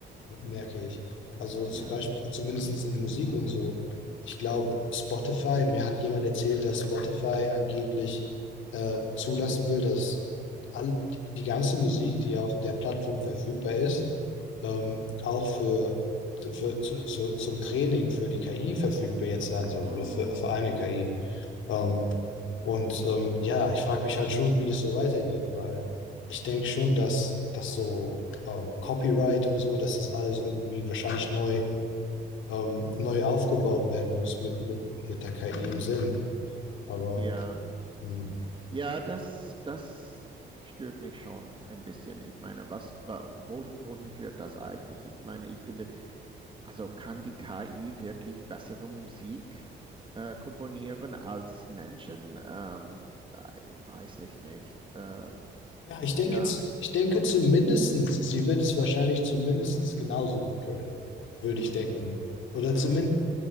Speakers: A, on the left (about 75°); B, on the right (about 25°).
A: merke ich. Also zum
B: ja.
A: Beispiel, zumindest in Musik und so. Ich glaube, Spotify, mir hat jemand erzählt, dass Spotify angeblich äh, zulassen will, dass all, die ganze Musik, die auf der Plattform verfügbar ist, ähm, auch für, für zu, zu, zum Training für die KI verfügbar jetzt sein soll
B: Mm,
A: oder für, für eine KI. Ähm, und ähm, ja, ich frage mich halt schon, wie das so weitergeht, weil ich denke schon, dass das so ähm, Copyright und so, dass das alles irgendwie wahrscheinlich neu, ähm, neu aufgebaut werden muss mit, mit, mit der KI im Sinn. Aber
B: ja,
A: hm,
B: ja, das, das stört mich schon ein bisschen. Ich meine, was, wa, wo, wohin führt das eigentlich? Ich meine, ich finde Also kann die KI wirklich bessere Musik äh, komponieren als Menschen? Ähm, äh, weiß ich nicht. Ähm,
A: ja, ich denke,
B: ja,
A: z- ich denke zumindestens, sie wird es wahrscheinlich zumindestens genauso gut können, würde
B: mm,
A: ich denken. Oder zumindest